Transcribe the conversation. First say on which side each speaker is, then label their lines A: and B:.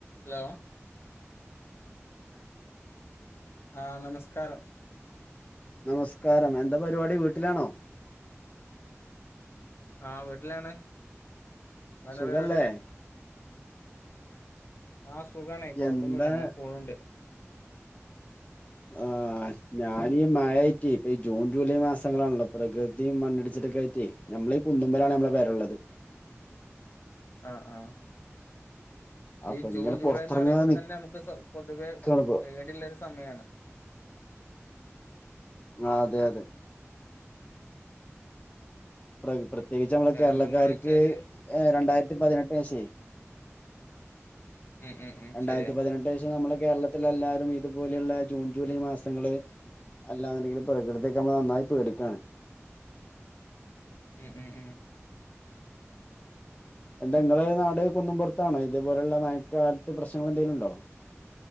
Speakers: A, on the left; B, on the left.
A: Hello ആഹ് നമസ്കാരം
B: നമസ്കാരം എന്താ പരിപാടി വീട്ടിലാണോ
A: ആഹ് വീട്ടിലാണ് എന്താ
B: സുഖല്ലേ
A: പരിപാടി ആ സുഖാണെ കൊഴപ്പൊന്നുല്ല
B: എന്താ
A: അങ്ങനെ പോവ്ണ്ട്
B: ആഹ് ആ ഞാനീ മഴായിറ്റെ ഇപ്പ ഈ ജൂൺ ജൂലൈ മാസങ്ങളാണല്ലോ പ്രകൃതിയും മണ്ണിടിച്ചിട്ടൊക്കെ ആയിട്ടേ ഞാ മ്മളെ കുന്നുമ്പലാണ് നമ്മളെ പെരെള്ളത്
A: അഹ് ആഹ്
B: അപ്പൊ
A: ഈ ജൂൺ
B: ഇങ്ങനെ
A: ജൂലൈ
B: പൊറത്തിറങ്ങാതെ
A: എന്ന് പറയുമ്പ തന്നെ അമുക്ക് സ പൊതുവെ
B: നിക്കാണിപ്പോ
A: പേടീള്ളൊരു സ സമയാണ്
B: ആഹ് അതെ അതെ പ്ര പ്രത്യേകിച്ച്
A: ഉം.
B: നമ്മളെ
A: കാരണം
B: കേരളക്കാർക്ക്
A: എന്താന്ന് വെച്ചാല്
B: രണ്ടാതിരത്തി പതിനെട്ടിന് ശേ
A: ഉം ഉം ഉം
B: രണ്ടായിരത്തി
A: ശരിയാ
B: പതിനെട്ട് ശേഷം നമ്മളെ കേരളത്തില് എല്ലാരും ഇതുപോലെയുള്ള ജൂൺ ജൂലൈ മാസങ്ങള് അല്ലാന്ന്ണ്ടെങ്കില് പ്രകൃതിയൊകെ നമ്മ നന്നായി പേടിക്കാണ്
A: ഉം ഉം ഉം
B: എന്താ ങ്ങളെ നാട് കുന്നും പുറത്താണോ? ഇതുപോലുള്ള മയക്കാലത്ത് പ്രശ്നങ്ങൾ എന്തെലും ണ്ടോ?